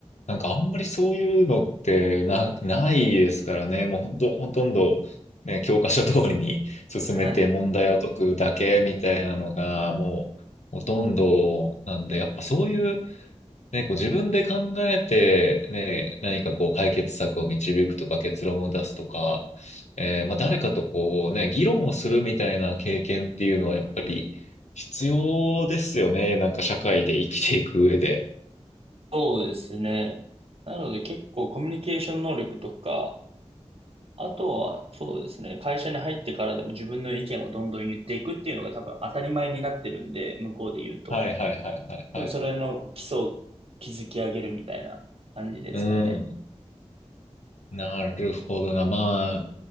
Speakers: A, on the left (about 80°); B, on the right (about 55°).
A: なんかあんまりそういうのってな、ないですからね。もうほんと、ほとんど、ね、教科書通りに進めて問題を解くだけみたいなのが、
B: はい。
A: もうほとんどなんで、やっぱそういうね、こう自分で考えて、ね、何かこう解決策を導くとか結論を出すとか、えーまあ、誰かとこうね、議論をするみたいな経験っていうのはやっぱり必要ですよね。なんか社会で生きていく上で。
B: そうですね。なので結構コミュニケーション能力とか、あとはそうですね、会社に入ってからでも自分の意見をどんどん言っていくっていうのが多分当たり前になってるんで、向こうで言うと。
A: はいはいはいはいはい。
B: 多分それの基礎を築き上げるみたいな感じですかね。
A: うん。なるほどな。まあ、